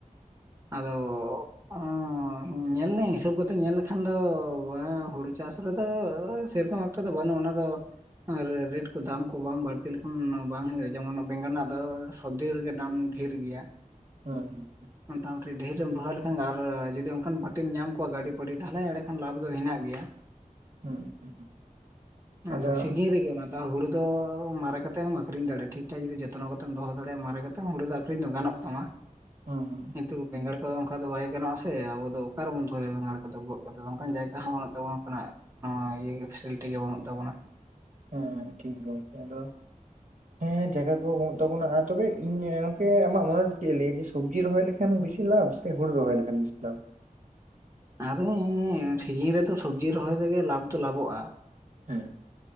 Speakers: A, on the right; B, on the right.
A: ᱟᱫᱚᱻ ᱚᱸ ᱧᱮᱞᱤᱧ᱾ ᱦᱤᱥᱟᱹᱵ ᱠᱟᱛᱮ ᱧᱮᱞ ᱞᱮᱠᱷᱟᱱ ᱫᱚ ᱦᱩᱲᱩ ᱪᱟᱥ ᱨᱮᱫᱚ ᱥᱮᱨᱚᱠᱚᱢ ᱮᱠᱴᱟ ᱫᱚ ᱵᱟᱹᱱᱩᱜᱼᱟ᱾ ᱚᱱᱟ ᱫᱚᱼᱼ ᱟᱨ ᱨᱮᱴ ᱠᱚ ᱫᱟᱢ ᱠᱚ ᱵᱟᱝ ᱵᱟᱹᱲᱛᱤ ᱞᱮᱠᱷᱟᱱ ᱵᱟᱝ ᱦᱳᱭᱜᱼᱟ ᱡᱮᱢᱚᱱ ᱵᱮᱸᱜᱟᱲ ᱨᱮᱱᱟᱜ ᱫᱚᱼᱼᱼ ᱫᱚᱵᱫᱤᱱ ᱨᱮᱜᱮ ᱫᱟᱢ ᱰᱷᱮᱨ ᱜᱮᱭᱟ᱾
B: ᱦᱩᱸ ᱦᱩᱸ᱾
A: ᱢᱚᱴᱟᱢᱩᱴᱤ ᱰᱷᱮᱨᱮᱢ ᱨᱚᱦᱚᱭ ᱞᱮᱠᱷᱟᱱ ᱟᱨ ᱡᱩᱫᱤ ᱚᱱᱠᱟᱱ ᱯᱟᱢᱤᱢ ᱧᱟᱢ ᱠᱚᱣᱟ ᱜᱟᱹᱰᱤ ᱯᱟᱰᱤ ᱛᱟᱦᱚᱞᱮ ᱮᱲᱮ ᱠᱷᱟᱱ ᱞᱟᱵᱷ ᱫᱚ ᱦᱮᱸᱱᱟᱜ ᱜᱮᱭᱟ᱾
B: ᱦᱩᱸ ᱦᱩᱸ᱾
A: ᱟᱪᱪᱷᱟᱟ
B: ᱟᱫᱚ
A: ᱥᱤᱡᱤᱱ ᱨᱮᱜᱮ ᱚᱱᱟ᱾ ᱦᱩᱲᱩ ᱫᱚ ᱢᱟᱨᱮ ᱠᱟᱛᱮ ᱦᱚᱢ ᱟᱠᱷᱨᱤᱧ ᱫᱟᱲᱮᱭᱟᱜᱼᱟ ᱴᱷᱤᱠ ᱴᱷᱟᱠ ᱡᱩᱫᱤ ᱡᱚᱛᱱᱚ ᱠᱟᱛᱮᱢ ᱫᱚᱦᱚ ᱫᱟᱲᱮᱭᱟᱜᱼᱟ ᱢᱟᱨᱮ ᱠᱟᱛᱮ ᱦᱚᱸ ᱦᱩᱲᱩ ᱫᱚ ᱟᱠᱷᱨᱤᱧ ᱫᱚ ᱜᱟᱱᱚᱜ ᱛᱟᱢᱟ᱾
B: ᱦᱩᱸ ᱦᱩᱸ᱾
A: ᱠᱤᱱᱛᱩ ᱵᱮᱸᱜᱟᱲ ᱠᱚᱫᱚ ᱚᱱᱠᱟ ᱫᱚ ᱵᱟᱭ ᱜᱟᱱᱚᱜᱼᱟ ᱥᱮ ᱟᱵᱚ ᱫᱚ ᱚᱠᱟᱨᱮᱵᱚᱱ ᱫᱚᱦᱚᱭᱟ ᱵᱮᱸᱜᱟᱲ ᱠᱚᱫᱚ ᱜᱚᱫ ᱠᱟᱛᱮᱫ ᱫᱚ ᱚᱱᱠᱟᱱ ᱡᱟᱭᱜᱟ ᱦᱚᱸ ᱩᱱᱟᱹᱜ ᱛᱟᱵᱚᱱ ᱚᱱᱠᱟᱱᱟᱜ᱾ ᱦᱚᱸ ᱤᱭᱟᱹ ᱜᱮ ᱯᱷᱮᱥᱮᱞᱤᱴᱤ ᱜᱮ ᱵᱟᱹᱱᱩᱜ ᱛᱟᱵᱚᱱᱟ᱾
B: ᱦᱮᱸ ᱴᱷᱤᱠ ᱜᱚᱝᱠᱮ ᱟᱫᱚᱼᱼ ᱦᱮᱸ ᱡᱟᱭᱜᱟ ᱠᱚ ᱵᱟᱹᱱᱩᱜ ᱛᱟᱵᱚᱱᱟ ᱟᱨ ᱛᱚᱵᱮ ᱤᱧ ᱜᱚᱝᱮ ᱟᱢᱟᱜ ᱢᱚᱱᱮᱨᱮ ᱪᱮᱫ ᱞᱟᱹᱭᱟᱼᱼ ᱥᱚᱵᱽᱡᱤ ᱨᱚᱦᱚᱭ ᱞᱮᱠᱷᱟᱱ ᱵᱤᱥᱤ ᱞᱟᱵᱷᱵ ᱥᱮ ᱦᱩᱲᱩ ᱨᱚᱦᱚᱭ ᱞᱮᱠᱷᱟᱱ ᱵᱤᱥᱤ ᱞᱟᱵᱷ?
A: ᱟᱫᱚ ᱥᱤᱡᱤᱱ ᱨᱮᱫᱚ ᱥᱚᱵᱡᱤ ᱨᱚᱦᱚᱭ ᱨᱮᱜᱮ ᱞᱟᱵᱷ ᱫᱚ ᱞᱟᱵᱷᱚᱜᱼᱟ᱾
B: ᱦᱩᱸ᱾